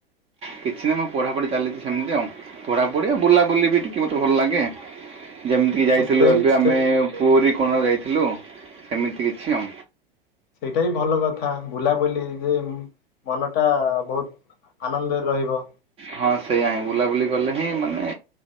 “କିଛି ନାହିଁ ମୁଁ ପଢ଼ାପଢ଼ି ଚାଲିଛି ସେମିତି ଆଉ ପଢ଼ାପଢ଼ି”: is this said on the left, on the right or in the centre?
Right